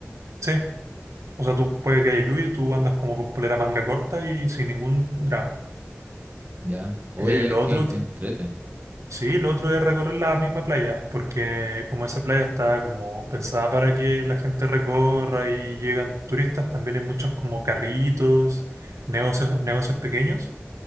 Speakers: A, on the right; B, on the right.
A: sí. O sea, tú puede que haya lluvia y tú andas como con polera manga corta y sin ningún drama.
B: ¿ya? Oye,
A: Eh,
B: ya
A: lo
B: que,
A: otro
B: que entrete,
A: Sí, lo otro es recorrer la misma playa, porque como esa playa está como pensada para que la gente recorra y llegan turistas, también hay muchos como carritos, negocios, negocios pequeños